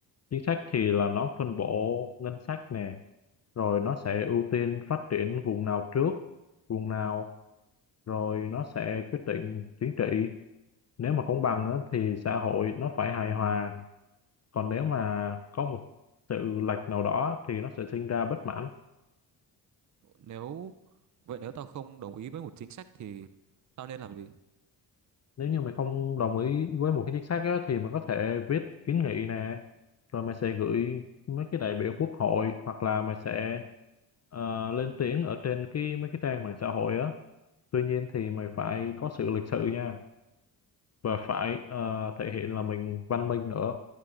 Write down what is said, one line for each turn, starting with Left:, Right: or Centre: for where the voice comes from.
Left: chính sách thì là nó phân bổ ngân sách nè rồi nó sẽ ưu tiên phát triển vùng nào trước vùng nào rồi nó sẽ quyết định chính trị nếu mà công bằng á, thì xã hội nó phải hài hòa còn nếu mà có một sự lệch nào đó thì nó sẽ sinh ra bất mãn
Right: Nếu vậy nếu tao không đồng ý với một chính sách thì tao nên làm gì?
Left: nếu như mày không đồng ý với một cái chính sách á, thì mày có thể viết kiến nghị nè rồi mày sẽ gửi mấy cái đại biểu quốc hội hoặc là mày sẽ ờ, lên tiếng ở trên cái mấy cái trang mạng xã hội á tuy nhiên thì mày phải có sự lịch sự nha và phải ờ, thể hiện là mình văn minh nữa